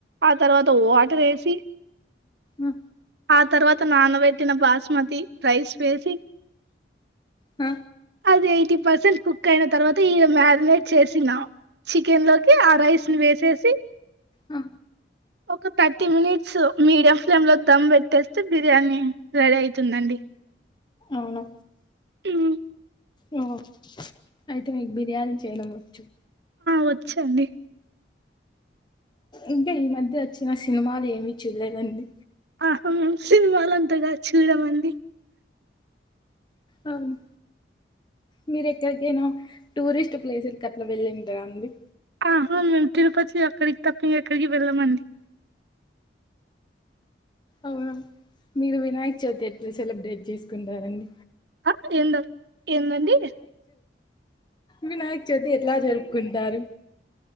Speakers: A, on the right; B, on the left.
A: తర్వాత వాటర్ వేసి
B: ఉ
A: ఆ తర్వాత నానబెట్టిన బాస్మతి రైస్ వేసి
B: ఆ
A: అది ఎయిటీ పర్సెంట్ కుక్ అయిన తర్వాత ఈ మ్యారినేట్ చేసినా చికెన్ లోకి ఆ రైస్ ని వేసేసి
B: ఆ
A: ఒక థర్టీ మినిట్స్ మీడియం ఫ్లేమ్ లో దమ్ పెట్టేస్తే బిర్యానీ రెడీ అయితుందండి
B: అవునా
A: మ్
B: ఓ అయితే మీకు బిర్యానీ చేయడం వచ్చు
A: వచ్చు అండి
B: ఇంకా ఈ మధ్య వచ్చిన సినిమాలు ఏమి చూలేదండి
A: ఆహా సినిమా లు అంతగా చూడమండి
B: అవును మీరు ఎక్కడికైనా టూరిస్ట్ ప్లేసులకి అట్లా వెళ్ళిండ్రా అండి
A: ఆహా మేము తిరుపతి అక్కడికి తప్ప ఎక్కడికి వెళ్ళమండి
B: అవునా మీరు వినాయక చవితి ఎట్ల సెలబ్రేట్ చేసుకుంటారండి
A: ఆ ఏందం ఏందండి
B: వినాయక్ చవితి ఎట్లా జరుపుకుంటారు